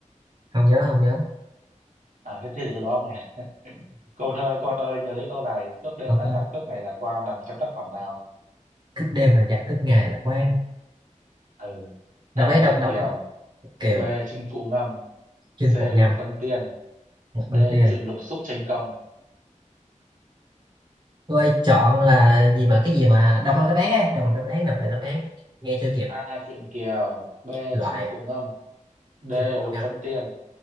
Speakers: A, on the right; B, on the right.
A: không nhớ không nhớ
B: à thế, thế thì tôi đố ông nhỉ Câu thơ Quan ơi nhớ lấy câu này, cướp đêm
A: con
B: là
A: ơi
B: giặc, cướp ngày là quan nằm trong tác phẩm nào?
A: cướp đêm là giặc cướp ngày là quan
B: Ừ. A.
A: đọc đấy đọc
B: Truyện
A: đọc
B: Kiều
A: đọc kiều
B: B. Chinh Phụ Ngâm
A: chinh
B: C.
A: phụ ngầm
B: Lục Vân Tiên
A: một
B: D.
A: con tiền
B: Truyện Lục Xúc Tranh Công
A: tôi chọn là gì mà cái gì mà đọc là đáp án ấy đọc là đáp án đọc là đáp án nghe chưa kịp
B: A. Truyện Kiều B.
A: loại
B: Chinh Phụ Ngâm D.
A: chinh phụ
B: Lục
A: ngầm
B: Vân Tiên